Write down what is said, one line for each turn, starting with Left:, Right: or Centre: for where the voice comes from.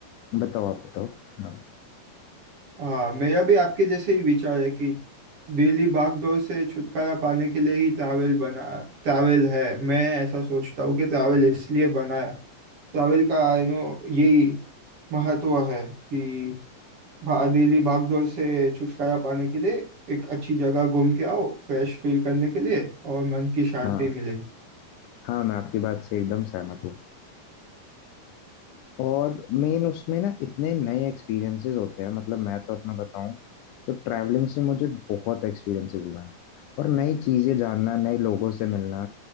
Left: बताओ आप बताओ हाँ
Right: हाँ मेरा भी आपके जैसे ही विचार है कि डेली भाग दौड़ से छुटकारा पाने के लिए ही ट्रैवल बना ट्रैवल है मैं ऐसा सोचता हूँ कि ट्रैवल इसलिए बना है ट्रैवल का यू नो यही महत्व है कि भा, डेली भागदौड़ से छुटकारा पाने के लिए एक अच्छी जगह घूम के आओ फ्रेश फील करने के लिए और मन की शांति
Left: हाँ
Right: मिले
Left: हाँ मैं आपकी बात से एकदम सहमत हूँ और मेन उसमें ना इतने नए एक्सपीरियंसेस होते हैं मतलब मैं तो अपना बताऊं तो ट्रैवलिंग से मुझे बहुत एक्सपीरियंसेस हुए हैं और नई चीजें जानना नए लोगों से मिलना